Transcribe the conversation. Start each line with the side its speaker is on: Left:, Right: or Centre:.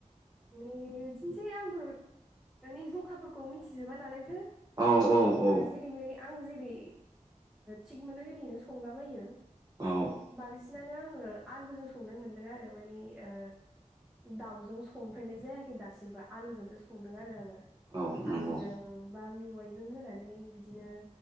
Centre: माने बिदिनोसै आंबो माने जखाफोरखौ मिथिजोबा नालायथो
Right: औ औ
Centre: जेरै मेरै। आं जेरै थिग मोनो ओरैनो संलाबायो।
Right: औ
Centre: बांसिनानो आङो आलुजों संनो मोनदों आरो मानि ओ दावजों संफेरनाय जायाखै दासिमबो आलुजोंसो संदों आरो आङो।
Right: औ नंगौ
Centre: आलुजों बा मेवाइजों होनानै बिदिनो